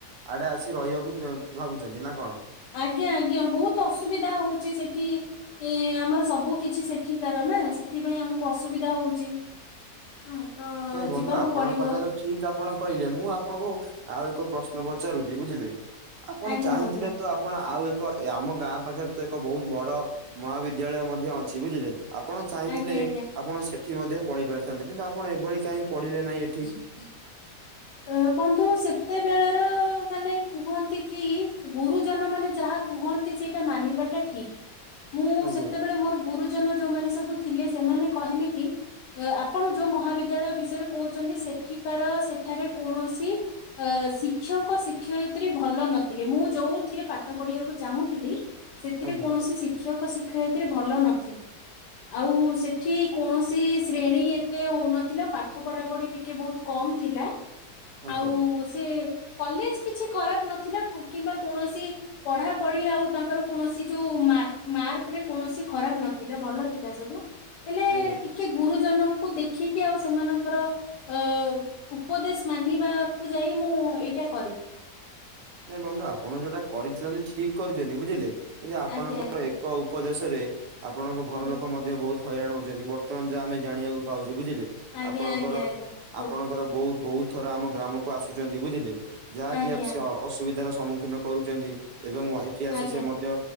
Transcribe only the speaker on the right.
ଆଡେ ଆସି ରହିବାକୁ ଭାବୁଛନ୍ତି ନା କଣ?
ନାଇଁ ବନ୍ଧୁ
ଆପଣଙ୍କ
କଥା ତ ଠିକ ଆପଣ କହିଲେ ମୁଁ ଆପଣଙ୍କୁ ଆଉ ଏକ ପ୍ରଶ୍ନ ପଚାରୁଛି ବୁଝିଲେ ଆପଣ
ଚାହିଁଥିଲେ
ତ ଆପଣ ଆଉ ଏ କ ଆମ ଗାଁ ପାଖରେ ତ ଏକ ବହୁତ ବଡ ମହାବିଦ୍ୟାଳୟ ମଧ୍ୟ ଅଛି ବୁଝିଲେ। ଆପଣ ଚାହିଁଥିଲେ
ଆପଣ ସେଠି ମଧ୍ୟ ପଢି ପାରିଥାନ୍ତେ କିନ୍ତୁ ଆପଣ ଏଭଳି କାହିଁ ପଢିଲେ ନାହିଁ ଏଠି।
ଆଜ୍ଞା
ଆଜ୍ଞା
ଆଜ୍ଞା
ଆଜ୍ଞା।
ନାଇଁ ବନ୍ଧୁ ଆପଣ ଯୋଉଟା କରିଛନ୍ତି ଠିକ କରିଛନ୍ତି, ବୁଝିଲେ କିନ୍ତୁ ଆପଣଙ୍କର
ଏକ ଉପଦେଶରେ ଆପଣଙ୍କ ଘର
ଲୋକ ମଧ୍ୟ ବହୁତ ହଇରାଣ ହଉଛନ୍ତି ବର୍ତ୍ତମାନ ଯାହା ଆମେ ଜାଣିବାକୁ ପାଉଛୁ ବୁଝିଲେ।
ଆପଣଙ୍କର
ଆପଣଙ୍କର
ବହୁତ୍ ବହୁତ୍ ଥର ଆମ ଗ୍ରାମକୁ ଆସୁଛନ୍ତି ବୁଝିଲେ ଯାହାକି
ସେ ଅ ଅସୁବିଧାର ସମ୍ମୁଖୀନ କରୁଛନ୍ତି ଏବଂ ଏଠି ଆସି
ସେ ମଧ୍ୟ